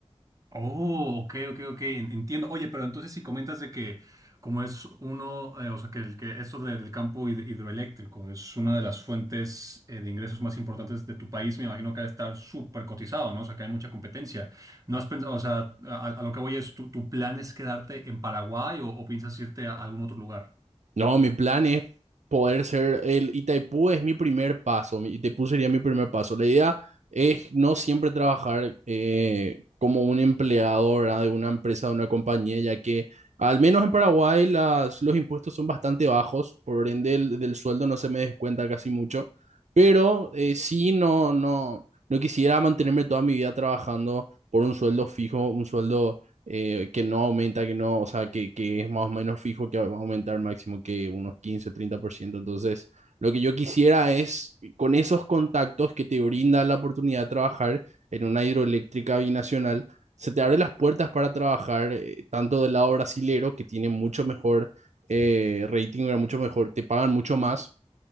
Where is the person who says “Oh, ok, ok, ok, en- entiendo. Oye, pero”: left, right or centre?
Right